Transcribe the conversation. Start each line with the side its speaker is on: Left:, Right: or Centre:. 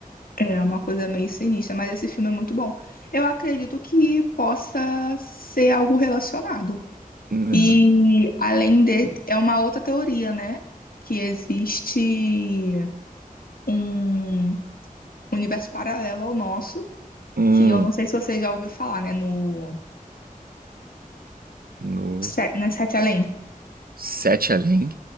Left: É uma coisa meio sinistra, mas esse filme é muito bom. Eu acredito que possa ser algo relacionado.
Right: É.
Left: E além de, é uma outra teoria, né? Que existe um universo paralelo ao nosso,
Right: Hum,
Left: que eu não sei se você já ouviu falar, né? No,
Right: no
Left: Se- não é Sete Além?
Right: Sete Além?